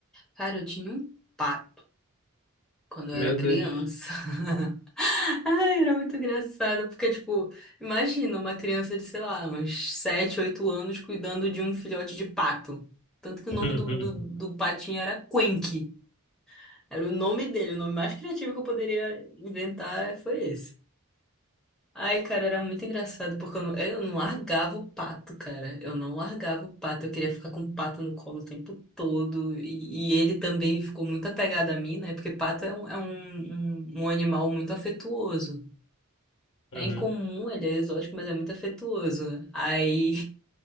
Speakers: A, in the centre; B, on the left (about 60°).
A: Cara, eu tinha um pato quando eu
B: Meu
A: era criança.
B: Deus.
A: <laughs> Ai, era muito engraçado, porque, tipo, imagina uma criança de, sei lá, uns 7, 8 anos cuidando de um filhote de pato. Tanto que o
B: <laughs>
A: nome do, do, do patinho era Quenque. Era o nome dele, o nome mais criativo que eu poderia inventar foi esse. Ai, cara, era muito engraçado, porque eu não, eu não largava o pato, cara. Eu não largava o pato. Eu queria ficar com o pato no colo o tempo todo. E, e ele também ficou muito apegado a mim, né? Porque pato é um, é um, um, um animal muito afetuoso.
B: Uhum.
A: É incomum, ele é exótico, mas é muito afetuoso. Aí